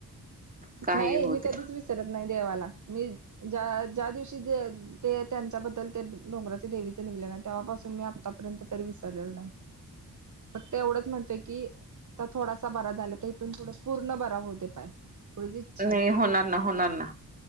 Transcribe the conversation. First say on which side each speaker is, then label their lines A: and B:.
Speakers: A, on the right; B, on the right.
A: काही
B: नाही
A: होऊ
B: मी
A: दे
B: कधीच विसरत नाही देवाला. मी ज्या -ज्या दिवशी जे ते त्यांच्याबद्दल ते डोंगराचे देवीच निघल ना? तेव्हापासून मी आत्तापर्यंत तरी विसरलेलो नाही. <inaudible> फक्त एवढंच म्हणतोय की थोडासा बरा झाला तर इथून थोड पूर्ण बरा होऊ दे पाय. एवढीच इच्छा
A: नाही
B: आहे
A: होणार ना. होणार ना.